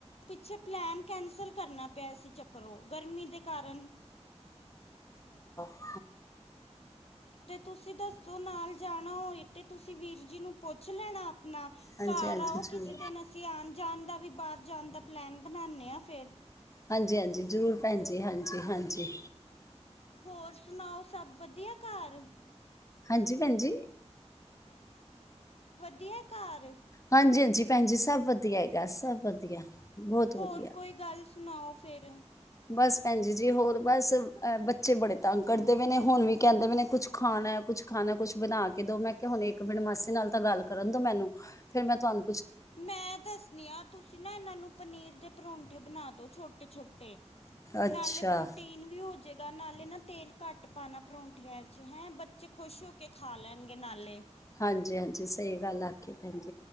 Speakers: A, on the left; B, on the left.
A: ਅੱਛਾ ਪਲੈਨ ਕੈਂਸਲ ਕਰਨਾ ਪਿਆ ਸੀ ਚੱਕਰੋਂ। ਗਰਮੀ ਦੇ ਕਾਰਨ
B: ਹੋ।
A: ਤੇ ਤੁਸੀਂ ਦੱਸੋ ਨਾਲ ਜਾਣਾ ਹੋਏ ਤੇ ਤੁਸੀਂ ਵੀਰ ਜੀ ਨੂੰ ਪੁੱਛ ਲੈਣਾ ਆਪ। ਆਪਣਾ
B: ਹਾਂਜੀ
A: ਘਰ
B: ਹਾਂਜੀ
A: ਆ ਉਹ
B: ਜ਼ਰੂਰ
A: ਕਿਸੇ ਦਿਨ ਅਸੀਂ ਆਉਣ ਜਾਣ ਦਾ ਵੀ। ਬਾਹਰ ਜਾਣ ਦਾ ਪਲੈਨ ਬਣਾਉਦੇ ਆਾਂ ਫੇਰ।
B: ਹਾਂਜੀ ਹਾਂਜੀ ਜ਼ਰੂਰ ਭੈਣ ਜੀ ਹਾਂਜੀ ਹਾਂਜੀ।
A: ਹੋਰ ਸੁਣਾਓ ਸਭ ਵਧੀਆ ਘਰ?
B: ਹਾਂਜੀ ਭੈਜੀ।
A: ਧ ਘਰ।
B: ਹਾਂਜੀ ਹਾਂਜੀ, ਭੈਣਜੀ ਸਭ ਵਧੀਆ ਹੈਗਾ ਸਭ ਵਧੀਆ। ਬਹੁਤ
A: ਹੋਰ
B: ਵਧੀਆ
A: ਕੋਈ ਗੱਲ ਸੁਣਾਓ ਫੇਰ?
B: ਬਸ ਭੈਣਜੀ ਜੀ ਹੋਰ ਬਸ ਬੱਚੇ ਬੜੇ ਤੰਗ ਕਰਦੇ ਪੇ ਨੇ ਹੁਣ ਵੀ ਕੈੰਦੇ ਵੇ ਨੇ ਕੁਛ ਖਾਣੈ ਕੁਛ ਖਾਣੈ ਕੁਛ ਬਣਾ ਕੇ ਦੋ ਮੈਂ ਕਿਆ ਹੁਣ ਇੱਕ ਮਿੰਟ ਮਾਸੀ ਨਾਲ ਤਾਂ ਗੱਲ ਕਰਨ ਦੋ ਮੈਨੂੰ। ਫੇਰ ਮੈਂ ਤੁਹਾਨ
A: ਮੈਂ ਦੱਸਣੀ ਆ ਤੁਸੀਂ ਨਾ ਐਨਾਂ ਨੂੰ ਪਨੀਰ ਦੇ ਪਰੌਂਠੇਂ ਬਣਾ ਦੋ ਛੋਟੇ ਛੋਟੇ।
B: ਅੱਛਾ
A: ਨਾਲੇ ਪ੍ਰੋਟੀਨ ਵੀ ਹੋ ਜੇ ਗਾ ਨਾਲੇ ਨਾ ਤੇਲ ਘੱਟ ਪਾਣਾ ਪਰੌਂਠਿਆਂ 'ਇਚ। ਹੈਂ, ਬੱਚੇ ਖੁਸ਼ ਹੋ ਕੇ ਖਾ ਲੈਣਗੇ ਨਾਲੇ।
B: ਹਾਂਜੀ ਹਾਂਜੀ, ਸਹੀ ਗੱਲ ਆਖੀ ਭੈਣਜੀ।